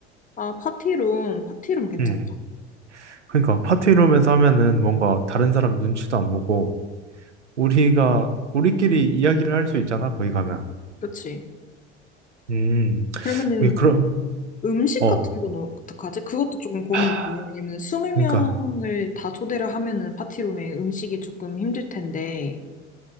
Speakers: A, on the left; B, on the right.
A: 아, 파티룸, 파티룸 괜찮다.
B: 응. 그러니까 파티룸에서 하면은 뭔가 다른 사람 눈치도 안 보고 우리가 우리끼리 이야기를 할 수 있잖아. 거기 가면.
A: 그치.
B: 음.
A: 그러면은
B: 오케이, 그럼
A: 음식
B: 어.
A: 같은 건 어떡하지? 그것도 조금 고민이네.
B: 하,
A: 왜냐면 20명을
B: 그러니까
A: 다 초대를 하면은 파티룸에 음식이 조금 힘들 텐데,